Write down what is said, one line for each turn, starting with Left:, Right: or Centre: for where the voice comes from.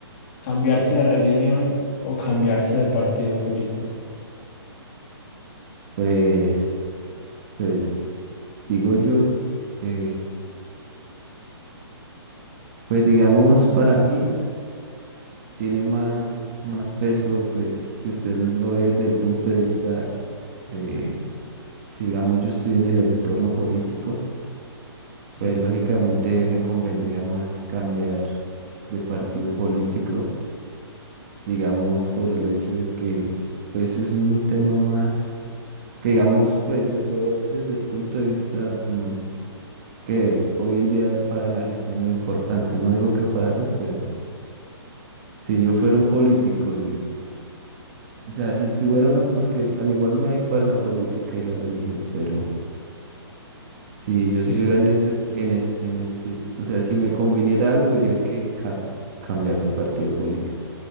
Left: ¿Cambiarse de religión o cambiarse de partido político?
Right: Pues, pues digo yo que pues digamos para mí tiene más, más peso pues si usted lo ve desde el punto de vista... eh, si digamos yo estoy en el entorno político,
Left: Sí,
Right: pues lógicamente me convendría más cambiar de partido político, digamos por el hecho de que pues es un tema más que digamos pues lo lo veo desde el punto de vista mm, que hoy en día para la gente es muy importante. No digo que para mí, pero si yo fuera un político y o sea, si fuera una porque al igual me da igual la política y la religión, pero Si
Left: sí.
Right: yo estuviera en ese, en este, en este, o sea, si me conviniera algo, diría que ca- cambiar de partido político.